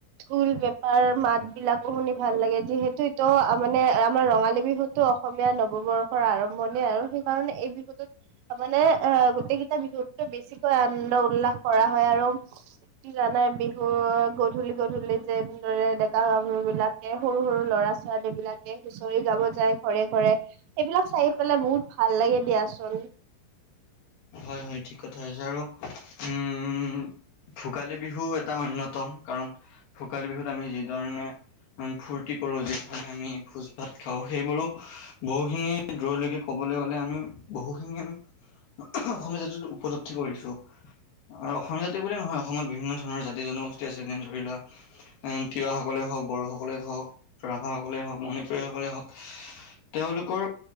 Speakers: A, on the right; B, on the left.
A: ঢোল পেপাৰ মাত বিলাকো শুনি ভাল লাগে যিহেতু মানে আমাৰ ৰঙালী বিহুতো অসমীয়া নৱবৰ্ষৰ আৰম্ভণি আৰু সেইকাৰণে এই বিহুটোত মানে আহ গোটেই কেইটা বিহুতকৈ বেছিকৈ আনন্দ উল্লাস কৰা হয় আৰু জানাই বিহু গধূলি গধূলি যেনেদৰে ডেকা গাভৰু বিলাক সৰু সৰু ল'ৰা ছোৱালী বিলাকে হুঁচৰি গাব যায় ঘৰে ঘৰে এইবিলাক চাই পেলাই বহুত ভাল লাগে দিয়াচোন
B: হয় হয় ঠিক কথাই কৈছে আৰু উম ভোগালী বিহু এটা অন্যতম কাৰণ ভোগালী বিহুত আমি যিধৰণে ফূৰ্তি কৰো যিধৰণে আমি ভোজ ভাত খাওঁ সেইবোৰো বহুখিনি দূৰলৈকে ক'বলৈ গ'লে আমি বহুখিনি আমি অসমীয়া জাতিটো উপলব্ধি কৰিছো অসমীয়া জাতি বুলিয়ে নহয় অসমত বিভিন্ন ধৰণৰ জাতি জনগোষ্ঠী আছে যেনে ধৰি লোৱা তিৱাসকলে হওক বড়োসকলে হওক ৰাভাসকলে হওক মণিপুৰিয়া সকলে হওক তেওঁলোকৰ